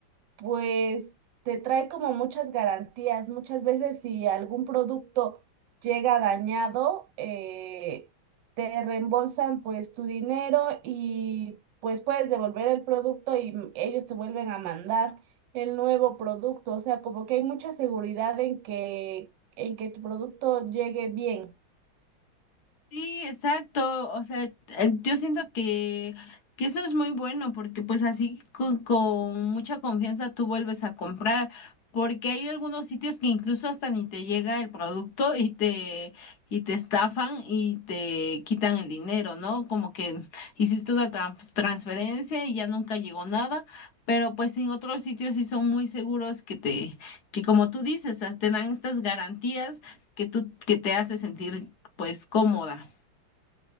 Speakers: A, on the right; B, on the left.
A: pues te trae como muchas garantías. Muchas veces si algún producto llega dañado, eh, te reembolsan pues tu dinero y pues puedes devolver el producto y m- ellos te vuelven a mandar el nuevo producto. O sea, como que hay mucha seguridad en que, en que tu producto llegue bien.
B: Sí, exacto. O sea, eh, yo siento que, que eso es muy bueno porque pues así con, con mucha confianza tú vuelves a comprar porque hay algunos sitios que incluso hasta ni te llega el producto y te, y te estafan y te quitan el dinero, ¿no? Como que hiciste una trans- transferencia y ya nunca llegó nada, pero pues en otros sitios sí son muy seguros que te, que como tú dices, te dan estas garantías que tú, que te hace sentir pues cómoda.